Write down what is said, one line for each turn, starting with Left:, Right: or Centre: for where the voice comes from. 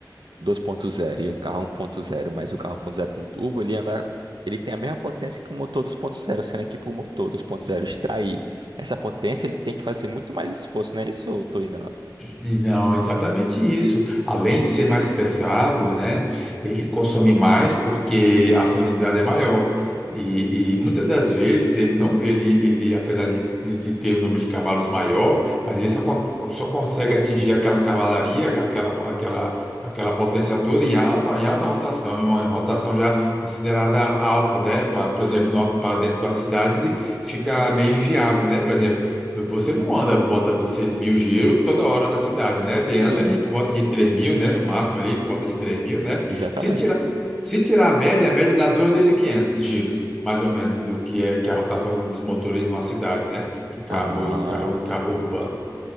Right: 2.0 e um carro 1.0, mas o carro 1.0 tem turbo, ele anda, ele tem a mesma potência que o motor 2.0, sendo que para o motor 2.0 extrair essa potência, ele tem que fazer muito mais esforço, não é isso? Ou eu estou enganado?
Centre: E não, exatamente isso. Além de ser mais pesado, né, ele consome mais porque a salinidade é maior. E, e muitas das vezes ele não, ele, ele apesar de, de de ter um número de cavalos maior, mas ele só, con- só consegue atingir aquela cavalaria, aquela, aquela, aquela potência toda em alta, em alta rotação, em uma rotação já considerada alta, né? Pra, por exemplo, para dentro de uma cidade ele fica meio inviável, né? Por exemplo, você não anda botando seis mil giro toda hora na cidade, né? Você
Right: Sim.
Centre: anda ali por volta de três mil, né? No máximo ali, por volta de três mil, né?
Right: Exatamente.
Centre: Se tirar, se tirar a média, a média dá 2.500 giros, mais ou menos, o que é, que é a rotação dos motores numa cidade, né? Em carro,
Right: Ah,
Centre: em carro, em carro urbano.